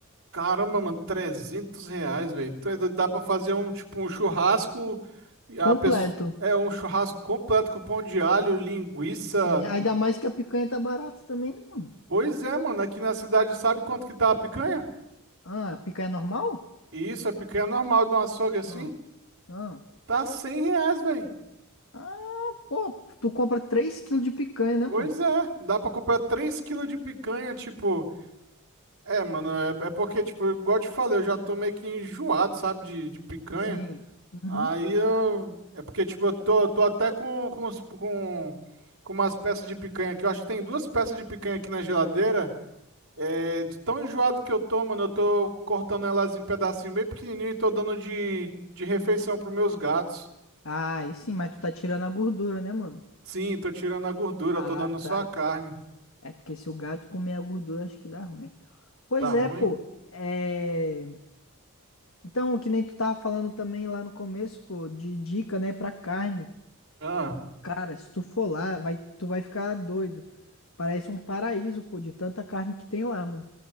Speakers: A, on the right; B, on the left.
A: Caramba, mano, 300 reais, velho. Tu é doido, Dá pra fazer um, tipo, um churrasco, e a
B: Completo.
A: pessoa, é um churrasco completo com pão de alho, linguiça.
B: Sim, ainda mais que a picanha tá barata também, né, mano?
A: Pois é, mano, aqui na cidade sabe quanto que tá a picanha?
B: Ah, a picanha normal?
A: Isso, a picanha normal de um açougue assim,
B: Ah, ah.
A: tá 100 reais, velho.
B: Ah, pô, tu compra 3 quilos de picanha, né,
A: Pois
B: mano?
A: é, dá pra comprar 3 quilos de picanha, tipo. É, mano, é, é porque, tipo, igual eu te falei, eu já tô meio que enjoado, sabe, de, de picanha.
B: Sim. Uhum.
A: Aí eu. É porque, tipo, eu tô, eu tô até com, com, os- com, com umas peças de picanha aqui. Eu acho que tem duas peças de picanha aqui na geladeira. É, de tão enjoado que eu tô, mano, eu tô cortando elas em pedacinho bem pequenininho e tô dando de, de refeição pros meus gatos.
B: Ah, aí sim, mas tu tá tirando a gordura, né, mano?
A: Sim, tô tirando a gordura,
B: Ah,
A: eu tô dando
B: tá.
A: só a carne.
B: É porque se o gato comer a gordura, acho que dá ruim. Pois
A: Tá ruim?
B: é, pô. É... Então, que nem tu tava falando também lá no começo, pô, de dica, né, pra carne.
A: Ah,
B: Cara, se tu for lá, vai, tu vai ficar doido. Parece um paraíso, pô, de tanta carne que tem lá, mano.